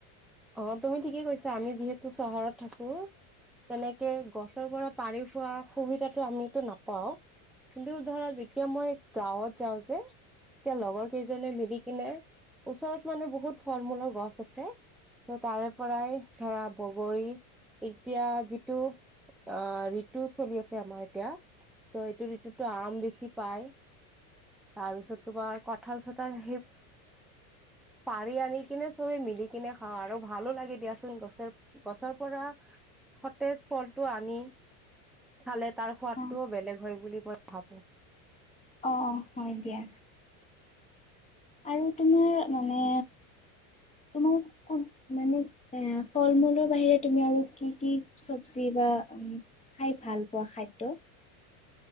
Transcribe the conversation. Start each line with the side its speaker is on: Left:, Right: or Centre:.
Centre: অ' তুমি ঠিকেই কৈছা আমি যিহেতু চহৰত থাকো তেনেকে গছৰ পৰা পাৰি খোৱা সুবিধাতটো আমো নাপাও কিন্তু ধৰা যেতিয়া মই গাঁৱত যাওঁ যে এতিয়া লগৰ <unintelligible> কেইজনে মিলি কিনে, ওচৰত মানে বহুত ফল মূলৰ গছ পচ আছে ত তাৰে পৰাই ধৰা বগৰী এতিয়া যিটো আহ আমাৰ ইয়াতঋতু আম বেছি পাই তাৰপিছত তো বাৰ কঠাল চঠাল পাৰি আনি কিনে চবে মিলি কিনে <unintelligible> খা, আৰু ভালো লাগে দিয়াচোন গছৰ পৰা সতেজ ফলটো আনি খালে তাৰ সোৱাদটোও
Left: অ
Centre: বেলেগ হয় বুলি মই ভাবো।
Left: অ' অ 'অ 'এতিয়াা, আৰু তোমাৰ মানে তোমাৰ কোন মানে এ ফল মূলৰ বাহিৰে তুমি আৰু কি কি চব্জি বা খাই ভাল পোৱা খাদ্যয় <unintelligible>